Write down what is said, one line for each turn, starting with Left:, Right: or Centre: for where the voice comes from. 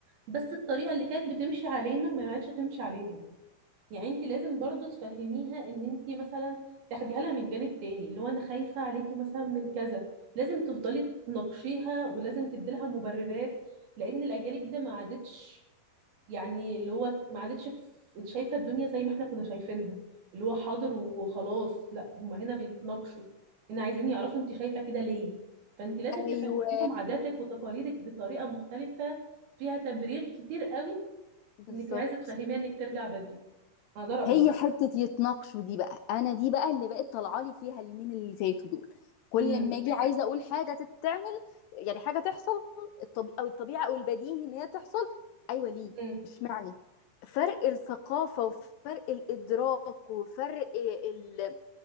Right: بس الطريقه اللي كانت بتمشي علينا ما عادش تمشي عليهم يعني انت لازم برضو تفهميها ان انت مثلا تاخديها لها من جانب تاني اللي هو انا خايفه عليكي مثلا من كذا لازم تفضلي تناقشيها ولازم تدي لها مبررات لان الاجيال الجديده ما عادتش يعني اللي هو ما عادتش في- شايفة الدنيا زي ما احنا كنا شايفينها اللي هو حاضر وخلاص لا هما هنا بيتناقشوا هنا عايزين يعرفوا انت شايفة كده ليه فانت لازم
Left: ايوه
Right: تفهميهم عاداتك وتقاليدك بطريقة مختلفة فيها تبرير كتير قوي
Left: بالظبط
Right: انك عايزة تفهميها انك ترجع بدري انا ده رأيي
Left: هي حتة يتناقشوا دي بقى انا دي بقى اللي بقت طالعه لي فيها اليومين اللي فاتوا دول كل
Right: امم
Left: ما اجي عايزه اقول حاجه تتعمل يعني حاجه تحصل الطبي او الطبيعه او البديهي ان هي تحصل ايوه ليه
Right: امم
Left: اشمعنى فرق الثقافه وفرق الادراك وفرق ال